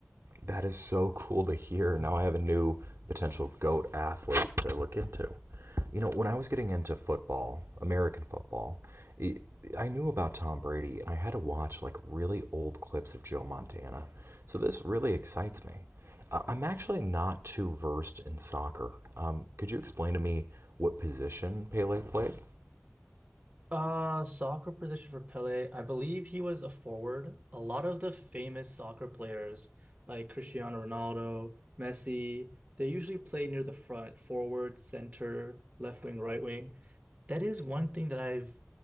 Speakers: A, on the right; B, on the right.
A: That is so cool to hear. Now I have a new potential GOAT athlete to look into. You know, when I was getting into football, American football, i I knew about Tom Brady and I had to watch like really old clips of Joe Montana. So this really excites me. I- I'm actually not too versed in soccer. Um, could you explain to me what position Pele played?
B: Uh, soccer position for Pele. I believe he was a forward. A lot of the famous soccer players, like Cristiano Ronaldo, Messi, they usually play near the front, forward, center, left wing, right wing. That is one thing that I've